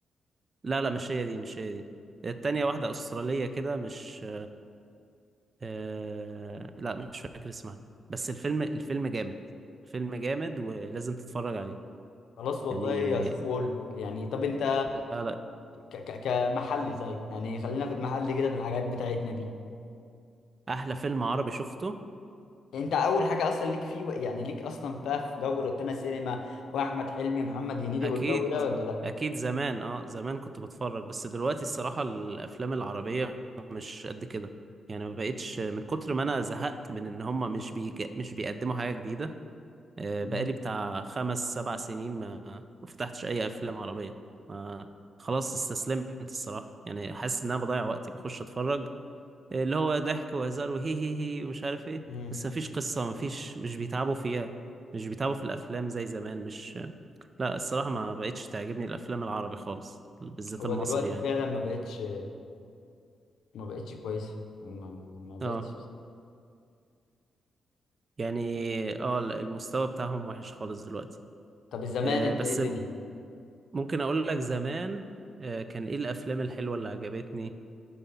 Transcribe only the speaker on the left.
خلاص والله
هشوفه واقول لك يعني طب انت
ك ك كمحلي طيب يعني خلينا في المحل كده في الحاجات بتاعتنا دي
انت اول حاجه اصلا ليك فيه يعني ليك اصلا بقى في جو روتانا سينما واحمد حلمي محمد هنيدي
والجو ده ولا لا
مم.
مم.
هو
دلوقتي
فعلا ما بقتش ما بقتش كويسه ما, ما بقتش
طب الزمان
انت
ايه الدنيا